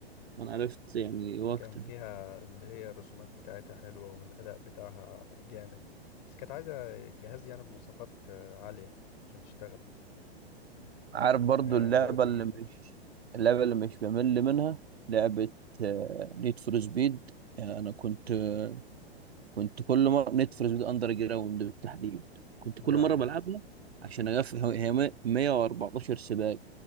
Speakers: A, on the right; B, on the left.
A: أنا عرفت يعني
B: إن
A: وقتها
B: كان فيها اللي هي الرسومات بتاعتها حلوة والأداء بتاعها جامد بس كانت عايزة جهاز يعني بمواصفات آه، عالية عشان تشتغل
A: عارف برضو
B: إيه
A: اللعبة
B: لعبة تقيلة
A: اللي مش اللعبة اللي مش بمل منها لعبة نيد فور سبيد أنا كنت آه، كنت كل مرة نيد فور سبيد أندر جراوند بالتحديد كنت
B: لا
A: كل مرة
B: لا
A: بلعبها عشان أقفل هو- هي مية- 114 سباق